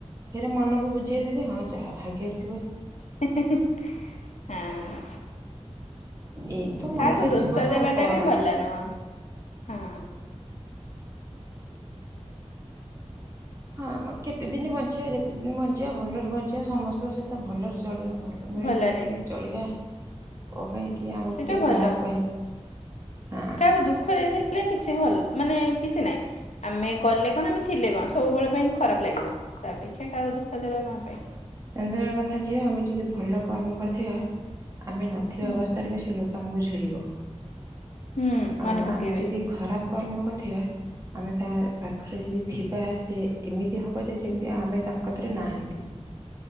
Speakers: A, on the right; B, on the left.
A: ଫେରେ ମନକୁ ବୁଝେଇଦେବେ ହଁ ଯାହା ଭାଗ୍ୟ ରେ
B: ହେ ହେ ହେ ହ
A: ଏଇ ତ
B: କାହାକୁ
A: ମଣିଷ
B: ଦୋଷ
A: ଜୀବନ
B: ଦେବାଟା
A: ଆଉ କଣ
B: ବି ଭଲ
A: ଅଛି
B: ନୁହଁ ହଁ।
A: ହଁ କେତେ ଦିନ ବଞ୍ଚିବା ଯେତେ ଦିନ ବଞ୍ଚିବା ଭଲରେ ବଞ୍ଚିବା ସମସ୍ତଙ୍କ ସହିତ ଭଲରେ ଚଳିବା ଭଲ ମିଳିମିଶିକି
B: ଭଲରେ।
A: ଚଳିବା କ ପାଇଁ କିଏ ଆମକୁ
B: ସେଟା
A: କିଏ
B: ଭଲ
A: ଖରାପ କହିବ। ହଁ
B: କାହାକୁ ଦୁଃଖ ଦେଇଥିଲେ ହେଲେ କିଛି ଭଲ ମାନେ କିଛି ନାହିଁ। ଆମେ ଗଲେ କଣ ଆମେ ଥିଲେ କଣ ସବୁବେଳେ ପାଇଁ ଖରାପ ଲାଗିବ। ତା ଅପେକ୍ଷା କାହାକୁ ଦୁଃଖ ଦେବା କଣ ପାଇଁ।
A: ଜାଣିଛନା ଗୋଟେ କଥା ଝିଅ ଆମେ ଯଦି ଭଲ କର୍ମ କରିଥିବା ଆମେ ନଥିବା
B: ହୁଁ
A: ଅବସ୍ଥାରେ ବି ସେ ଲୋକ ଆମକୁ ଝୁରିବ।
B: ହୁଁ ମନେ
A: ଆଉ
B: ପକେଇବେ
A: ଆମେ ଯଦି ଖରାପ କର୍ମ କରିଥିବା ଆମେ ତା ପାଖରେ ଯଦି ଥିବା ସେ ଏମିତି ହବ ଯେ ଯେମିତି ଆମେ ତାଙ୍କ କତିରେ ନାହାନ୍ତି।